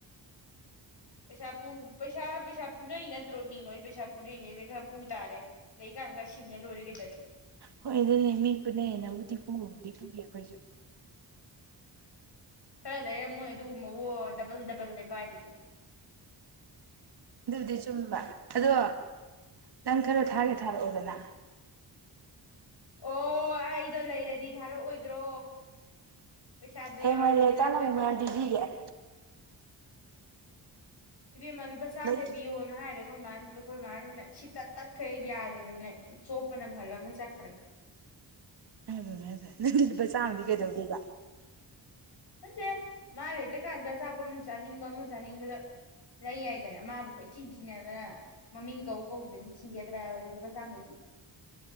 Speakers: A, on the left; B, on the right.
A: ꯄꯩꯁꯥ ꯄꯨ ꯄꯩꯁꯥ ꯄꯩꯁꯥ ꯄꯨꯅꯩ ꯅꯠꯇ꯭ꯔꯣ ꯃꯤ ꯅꯣꯏ ꯄꯩꯁꯥ ꯄꯨꯅꯩꯅꯦꯩꯥ ꯄꯨ ꯇꯥꯔꯦ ꯂꯩꯀꯥꯟꯒ ꯁꯤꯡꯉ ꯂꯣꯏꯔꯒꯩꯗꯔꯦ
B: ꯍꯣꯏ ꯑꯗꯨꯅꯦ ꯃꯤ ꯄꯨꯅꯩꯌꯦꯅꯕꯨꯗꯤ ꯄꯨꯕꯕꯨꯗꯤ ꯄꯨꯔꯤ ꯑꯩꯈꯣꯏꯁꯨ
A: ꯈꯔ ꯂꯩꯔꯃꯣꯏ ꯑꯗꯨꯒꯨꯝꯕꯕꯨ ꯗꯕꯜ ꯗꯕꯜꯅꯦ ꯄꯥꯏꯗꯣꯢꯖꯦ
B: ꯑꯗꯨꯗꯤ ꯆꯨꯝꯕ ꯑꯗꯣ ꯅꯪ ꯈꯔꯣ ꯊꯥꯒꯦ ꯊꯥꯔꯛꯑꯣꯗꯅ
A: ꯑꯣ ꯑꯩꯗꯣ ꯂꯩꯔꯗꯤ ꯊꯥꯔꯛꯑꯣꯏꯗ꯭ꯔꯣ ꯄꯩꯁꯥꯗꯣ
B: ꯍꯌꯦꯡꯋꯥꯢ
A: ꯌꯥꯎꯔꯗꯤ
B: ꯂꯩꯔꯀꯥꯟꯗ
A: ꯊꯥꯔꯛꯑꯣꯏꯗ꯭ꯔꯣ
B: ꯃꯌꯥꯝ ꯄꯤꯕꯤꯒꯦ <inaudible>
A: ꯏꯕꯦꯃ ꯂꯨꯄꯥ ꯆꯥꯝꯗ
B: ꯂꯩ
A: ꯄꯤꯌꯣꯅ ꯍꯥꯏꯔ ꯑꯩꯈꯣꯏ ꯃꯥꯗ ꯑꯩꯈꯣꯏ ꯃꯥꯁꯤꯅ ꯁꯤ ꯇꯠ ꯇꯠꯈ꯭ꯔꯦ ꯌꯥꯗꯗꯅ ꯆꯣꯞꯄ ꯅꯪꯍꯜꯂꯝꯃ ꯆꯠꯈ꯭ꯔꯦ
B: ꯍꯥꯏ ꯅꯪꯗꯤ ꯂꯨꯄꯥ ꯆꯥꯝꯃꯗꯤ ꯀꯩꯗꯧꯗꯣꯏꯕ
A: ꯅꯗꯦ ꯃꯥ ꯂꯩꯇ ꯀꯥꯟꯗ ꯑꯆꯥꯄꯣꯠ ꯑꯃ ꯆꯥꯅꯤꯡꯕ ꯑꯃ ꯆꯥꯅꯤꯡꯕꯗ ꯂꯩ ꯌꯥꯏꯗꯅ ꯃꯥꯕꯨ ꯀꯣꯏ ꯊꯤꯟ ꯊꯤꯅꯗꯅ ꯃꯃꯤꯡ ꯀꯧ ꯀꯧꯕꯧꯗꯅ ꯊꯤꯒꯗ꯭ꯔꯥ ꯂ ꯅꯨꯄꯥ ꯆꯥꯡ